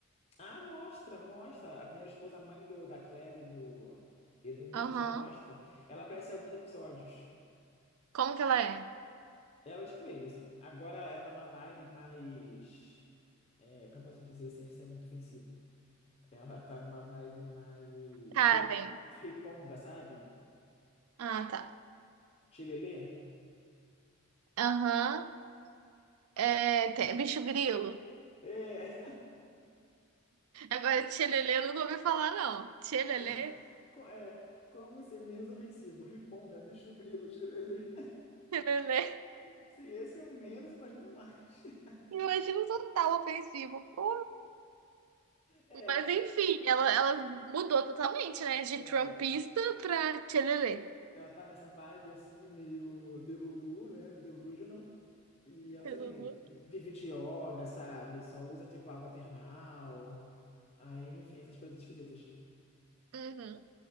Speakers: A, on the left; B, on the right.
A: Ah, mostra, mostra. A primeira esposa, a mãe do, da Claire e do, e do Mitchell,
B: Aham.
A: mostra. Ela aparece em alguns episódios.
B: Como que ela é?
A: Ela é tipo ele, assim. Agora ela tá na vibe mais. É, como eu posso dizer, sem ser muito ofensivo? Ela tá numa vibe mais.
B: Karen.
A: hip Riponga, sabe?
B: Ah, tá.
A: Chilelê.
B: Aham. É, tem- bicho grilo.
A: É.
B: Agora, tchelelê, eu nunca ouvi falar, não. Tchelelê?
A: <laughs> Co, co- é. Como ser menos ofensivo? Riponga, bicho grilo, chilelê.
B: Tchelelê.
A: <laughs> Se esse é o menos, imagino mais. <laughs>
B: imagina o total ofensivo. Pô,
A: É,
B: Mas enfim,
A: a-
B: ela, ela mudou totalmente, né? De
A: é.
B: trumpista pra tchelelê.
A: ela tá nessa vibe assim, meio delulu, né? Delusional. E ela,
B: Jesus.
A: sabe, vive de yoga, sabe? Só usa, tipo, água termal. Aí, enfim, essas coisas esquisitas.
B: Uhum,